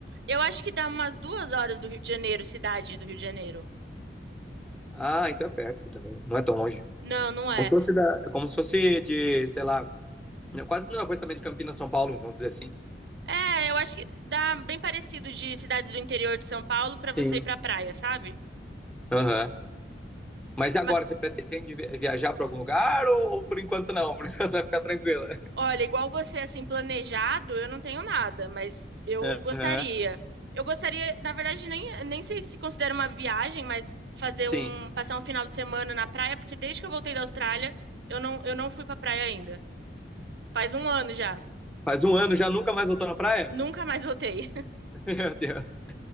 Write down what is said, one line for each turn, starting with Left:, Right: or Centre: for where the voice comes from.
Right: eu acho que dá umas duas horas do Rio de Janeiro, cidade do Rio de Janeiro.
Centre: Ah, então é perto também. Não é tão longe.
Right: Não, não
Centre: Como
Right: é
Centre: se fosse, da, como se fosse de, sei lá, quase a mesma coisa também de Campinas, São Paulo, vamos dizer assim.
Right: É, eu acho que dá bem parecido de cidades do interior de São Paulo pra você
Centre: Sim.
Right: ir pra praia, sabe?
Centre: Aham. Mas e
Right: Ma-
Centre: agora, você pretende viajar para algum lugar ou, ou por enquanto não? Por <laughs> enquanto vai ficar tranquila.
Right: olha, igual você, assim, planejado, eu não tenho nada, mas eu
Centre: Aham,
Right: gostaria. Eu gostaria, na verdade, nem, nem sei se considera uma viagem, mas fazer
Centre: Sim.
Right: um, passar um final de semana na praia, porque desde que eu voltei da Austrália, eu não, eu não fui pra praia ainda. Faz um ano já.
Centre: Faz um ano já nunca mais voltou na praia?
Right: Nunca mais voltei. <laughs>
Centre: <laughs> Meu Deus.